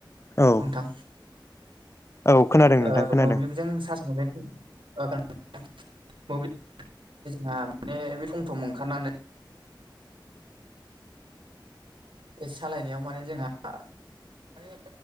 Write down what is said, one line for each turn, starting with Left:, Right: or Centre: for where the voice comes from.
Left: औ
Right: नोंथां
Left: औ खोनादों नोंथां
Right: ओ
Left: खोनादों
Right: मोब्लिबजों सार्ज होनानै औ खोनादों नोंथां मोब्लिब जोंहा माने बे सम सम ओंखारनानै बे सालायनायाव माने जोंहा माने